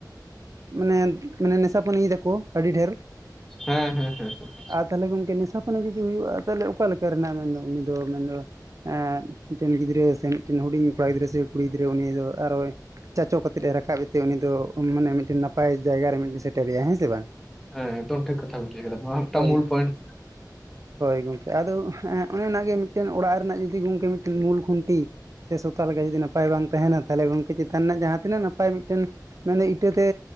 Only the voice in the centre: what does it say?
ᱦᱮ ᱦᱮ ᱦᱮ
ᱦᱮ ᱮᱠᱫᱚᱢ ᱴᱷᱤᱠ ᱠᱟᱛᱷᱟ ᱵᱤᱱ ᱞᱟᱹᱭ ᱟᱠᱟᱫᱟ ᱱᱚᱣᱟ ᱢᱤᱫᱴᱟᱝ
ᱢᱩᱞ ᱯᱚᱭᱮᱱ ᱹᱹᱹ